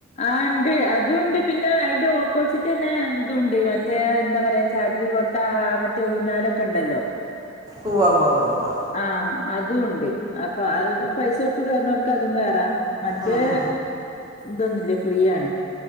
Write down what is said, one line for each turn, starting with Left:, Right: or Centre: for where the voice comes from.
Left: ആഹ് ഇണ്ട്, അതൂണ്ട്, പിന്നെ അയിന്റെ ഓപ്പോസിറ്റ്ന്നെ ഇതൂണ്ട് മറ്റേ എന്താ പറയാ ചാട്രികോ താ മറ്റേ ഊഞ്ഞാലൊക്കെ ഇണ്ടല്ലോ.
Right: ഉവ്വ ഉവ്വ ഉവ്വ ഉവ്വ
Left: ആഹ് അതൂണ്ട്. അപ്പ അത് പൈസ കൊടുത്ത് കേറുന്നോൽക്ക് അതും കേറാ മറ്റേ
Right: ആ ആ
Left: ഇതൊന്നുല്ല ഫ്രീയാണ്,